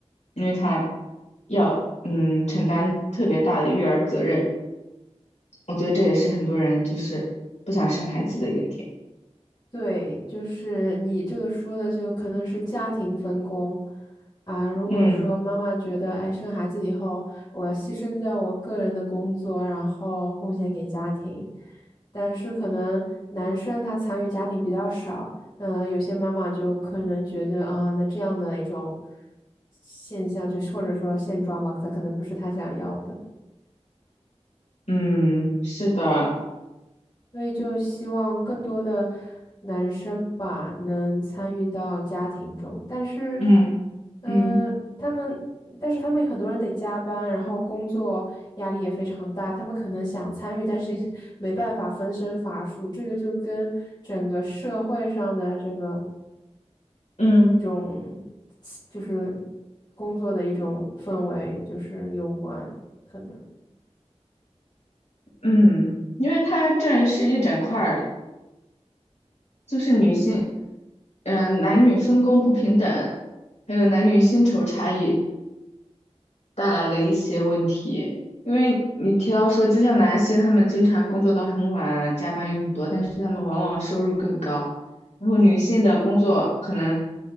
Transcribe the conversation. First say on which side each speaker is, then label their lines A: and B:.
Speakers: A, on the left; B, on the left.
A: 因为她要嗯承担特别大的育儿责任。我觉得这也是很多人就是不想生孩子的一个点。
B: 对，就是你这个说的，就可能是家庭分工啊。如果说妈妈觉得，
A: 嗯
B: 哎，生孩子以后我要牺牲掉我个人的工作，然后贡献给家庭，但是可能男生他参与家庭比较少，那有些妈妈就可能觉得啊、那这样的一种现象，就是或者说现状吧，他可能不是他想要的。
A: 嗯，是的，
B: 所以就希望更多的男生吧能参与到家庭中，但是，
A: 嗯嗯
B: 呃，他们，但是他们很多人得加班，然后工作压力也非常大，他们可能想参与，但是 <laughs> 没办法分身乏术，这个就跟整个社会上的这个
A: 嗯。
B: 一种就是工作的一种氛围就是有关，可能。
A: 嗯，因为它这是一整块儿的，就是女性，嗯、男女分工不平等，还有男女薪酬差异带来的一些问题。因为你提到说，就像男性他们经常工作到很晚啊，加班有很多，但是他们往往收入更高。然后女性的工作可能